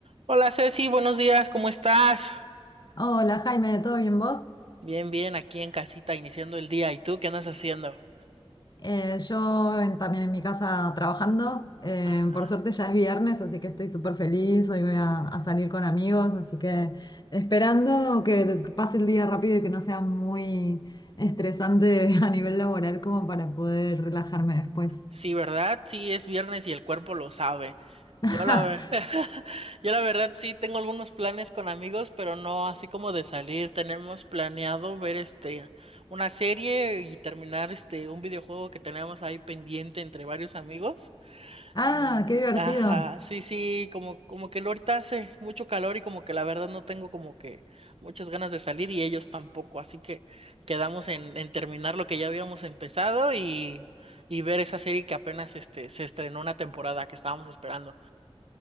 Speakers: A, on the right; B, on the left.
A: Hola Ceci, buenos días, ¿cómo estás?
B: Hola Jaime, ¿todo bien vos?
A: Bien, bien, aquí en casita iniciando el día. ¿Y tú qué andas haciendo?
B: Eh, yo en- también en mi casa trabajando. Eh,
A: Ah,
B: por suerte ya es viernes, así que estoy súper feliz. Hoy voy a, a salir con amigos, así que esperando que des- pase el día rápido y que no sea muy estresante <laughs> a nivel laboral como para poder relajarme después.
A: sí, ¿verdad? Sí, es viernes y el cuerpo lo sabe.
B: <laughs>
A: Yo la, ve- <laughs> yo la verdad sí tengo algunos planes con amigos, pero no así como de salir. Tenemos planeado ver este una serie y terminar este un videojuego que tenemos ahí pendiente entre varios amigos.
B: Ah,
A: Y-
B: qué divertido.
A: ajá, sí, sí, como, como que ahorita hace mucho calor y como que la verdad no tengo como que muchas ganas de salir y ellos tampoco, así que quedamos en, en terminar lo que ya habíamos empezado y, y ver esa serie que apenas este, se estrenó una temporada que estábamos esperando.